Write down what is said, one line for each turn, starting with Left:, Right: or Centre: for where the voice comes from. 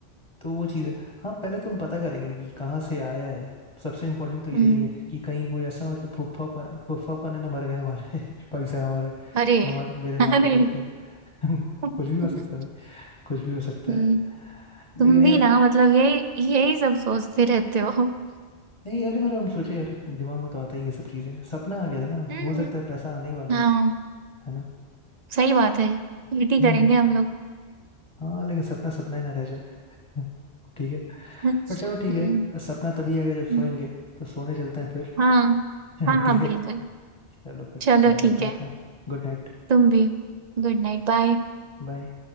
Left: तो वो चीज़ है हाँ पहले तुम पता करेंगे कि कहाँ से आया है सबसे इम्पोर्टेंट तो यही
Right: हम्म,
Left: है कि कहीं कोई ऐसा मतलब फुफ्फा फुफ्फा पने ना मर गए हमारे <laughs> जो पैसा हमारे
Right: अरे
Left: हमारे मेरे नाम
Right: अरे
Left: पे करके <laughs> कुछ
Right: हम्म
Left: भी हो सकता है भाई कुछ भी हो सकता
Right: हम्म,
Left: है लेकिन
Right: तुम
Left: यार
Right: भी ना मतलब यही यही सब सोचते रहते हो हम्म
Left: नहीं यार मतलब हम सोचे यार दिमाग में तो आता ही ये सब चीज़ें सपना आ गया था ना
Right: हम्म,
Left: हो सकता
Right: हम्म।
Left: है पैसा आने ही वाला हो
Right: हाँ
Left: है ना
Right: सही बात है पीटी
Left: हम्म
Right: करेंगे
Left: हम्म,
Right: हम लोग
Left: हाँ लेकिन सपना सपना ही ना रह जाए <laughs> हाँ, ठीक है
Right: हम्म
Left: पर चलो ठीक है सपना तभी आएगा जब
Right: हम्म,
Left: सोएंगे तो सोने चलते हैं फिर
Right: हाँ
Left: <laughs>
Right: हाँ हाँ
Left: ठीक है
Right: बिल्कुल
Left: चलो फिर
Right: चलो
Left: ख्याल
Right: ठीक
Left: रखना
Right: है
Left: अपना Good night
Right: तुम भी Good night बाय
Left: बाय